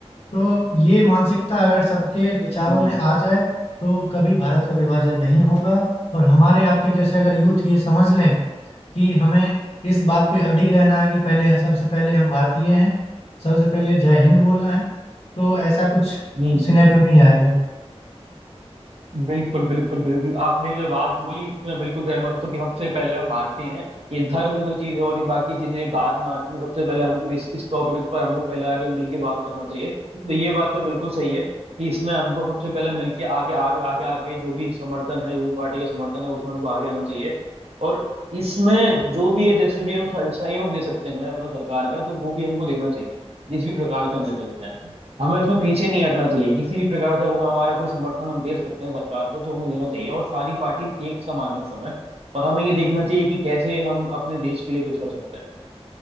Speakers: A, on the left; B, on the right.
A: तो ये मानसिकता अगर सबके विचारों
B: हम्म
A: में आ जाए तो कभी भारत का विभाजन नहीं होगा और हमारे आपके जैसे अगर यूथ ये समझ लें कि हमें इस बात पे अडिग रहना है कि पहले सबसे पहले हम भारतीय हैं सबसे पहले जय हिंद बोलना है तो ऐसा कुछ
B: हम्म
A: सिनेरियो नहीं आएगा
B: बिल्कुल बिल्कुल बिल्कुल आपने जो बात बोली इसमें बिल्कुल सहमत हूँ कि हमसे पहले हम भारतीय हैं ये धर्म जो चीज है और ये बाकी चीजें बाद में आती है सबसे पहले हमको इस इस टॉपिक पर हमको पहले आगे मिलके बात करना चाहिए तो ये बात तो बिल्कुल सही है कि इसमें हमको सबसे पहले मिलके आगे आगे आगे आगे जो भी समर्थन है जो भी पार्टी का समर्थन है उसमें हमको आगे आना चाहिए और इसमें जो भी है जैसे भी हम सह- सहयोग दे सकते हैं अपना सरकार का तो वो भी हमको देना चाहिए जिस भी प्रकार से हम दे सकते हैं हमें इसमें पीछे नहीं हटना चाहिए किसी भी प्रकार से अगर हमारा कोई समर्थन हम दे सकते हैं सरकार को तो हमें देना चाहिए और सारी पार्टीज एक समान इस समय और हमें ये देखना चाहिए कि कैसे हम अपने देश के लिए कुछ कर सकते हैं